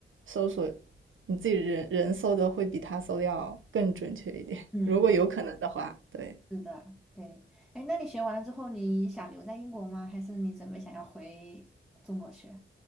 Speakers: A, on the right; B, in the centre.
A: 搜索，你自己人人搜的会比他搜的要更准确一点，<laughs>
B: 嗯。
A: 如果有可能的话。对，
B: 是的，对。哎，那你学完了之后，你想留在英国吗？还是你准备想要回中国去？